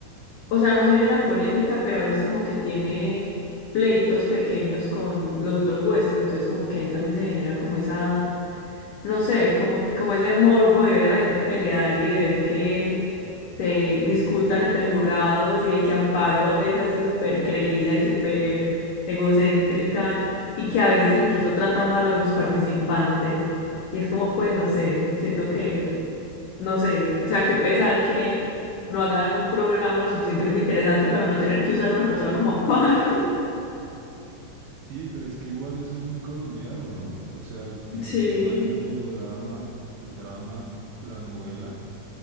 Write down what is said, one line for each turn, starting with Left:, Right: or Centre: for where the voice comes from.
Left: o sea, no genera polémica, pero a veces como que tiene pleitos pequeños con los otros jueces, entonces como que ahí también se genera como esa, no sé, como, como ese morbo de ver a la gente pelear y de ver que se
Right: Sí.
Left: discutan entre jurados y de que Amparo es así súper creída y súper egocéntrica y que a veces incluso trata mal a los participantes. Y es como, pues, no sé, siento que no sé, o sea, qué pesar que no hagan un programa lo suficientemente interesante para no tener que usar a una persona como amparo. <laughs>
Right: Sí, pero es que igual eso es muy colombiano, ¿no? O sea, el, ti- el
Left: Sí,
Right: tema del melodrama, el drama, la novela,